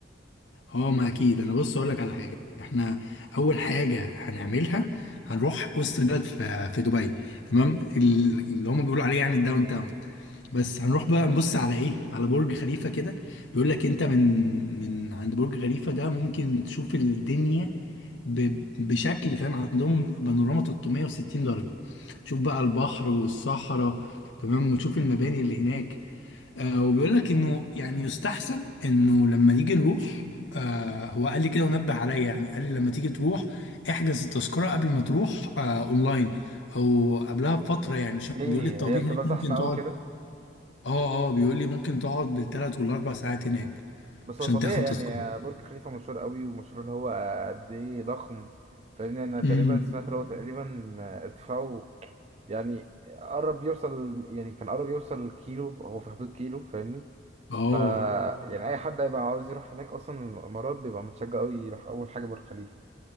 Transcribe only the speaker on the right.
ليه
هي بتبقى
زحمة
قوي
كده
بس
هو طبيعي
يعني
برج خليفة مشهور قوي ومشهور اللي هو قد ايه ضخم فاهمني انا تقريبا
سمعت اللي هو تقريبا ارتفاعه يعني قرب يوصل يعني كان قرب يوصل كيلو هو في حدود كيلو فاهمني
ف يعني اي حد هيبقى عاوز يروح هناك اصلا الامارات بيبقى متشجع قوي يروح اول حاجة برج خليفة